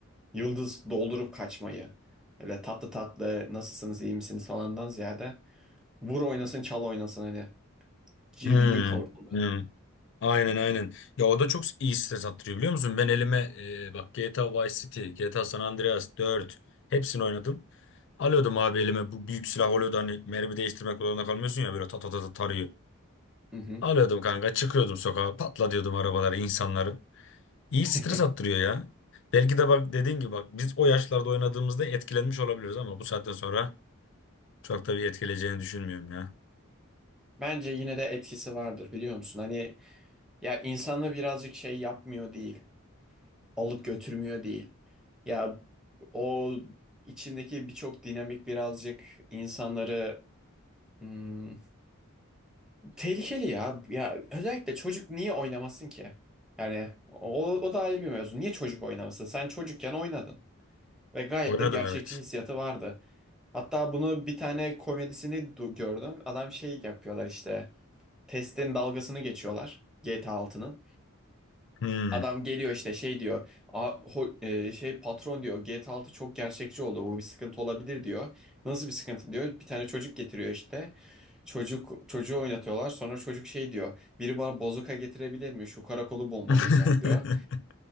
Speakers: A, in the centre; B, on the left.
A: Yıldız doldurup kaçmayı. Öyle tatlı tatlı nasılsınız iyi misiniz falandan ziyade. Vur oynasın çal oynasın hani. Gir
B: Hmm.
A: yık orada.
B: hmm. Aynen aynen. Ya o da çok iyi stres attırıyor biliyor musun? Ben elime e, bak GTA Vice City, GTA San Andreas 4 hepsini oynadım. Alıyordum abi elime bu büyük silah oluyordu hani mermi değiştirmek zorunda kalmıyorsun ya böyle ta ta ta ta tarıyor.
A: Hı hı.
B: Alıyordum kanka çıkıyordum sokağa patla diyordum arabalara insanları. İyi
A: <laughs>
B: stres attırıyor ya. Belki de bak dediğin gibi bak biz o yaşlarda oynadığımızda etkilenmiş olabiliriz ama bu saatten sonra çok da bir etkileyeceğini düşünmüyorum ya.
A: Bence yine de etkisi vardır biliyor musun? Hani ya insanı birazcık şey yapmıyor değil. Alıp götürmüyor değil. Ya o içindeki birçok dinamik birazcık insanları hmm, Tehlikeli ya. Ya özellikle çocuk niye oynamasın ki? Yani o, o da ayrı bir mevzu. Niye çocuk oynamasın? Sen çocukken oynadın ve gayet
B: Oynadım
A: de gerçekçi
B: evet.
A: hissiyatı vardı. Hatta bunu bir tane komedisini du- gördüm. Adam şey yapıyorlar işte. Testin dalgasını geçiyorlar GTA altının.
B: Hmm.
A: Adam geliyor işte şey diyor. "A- ho- e, şey patron diyor GTA altı çok gerçekçi oldu. Bu bir sıkıntı olabilir diyor. Nasıl bir sıkıntı diyor. Bir tane çocuk getiriyor işte. Çocuk çocuğu oynatıyorlar. Sonra çocuk şey diyor. Biri bana bozuka getirebilir mi? Şu karakolu bombalayacağım
B: <laughs>
A: diyor.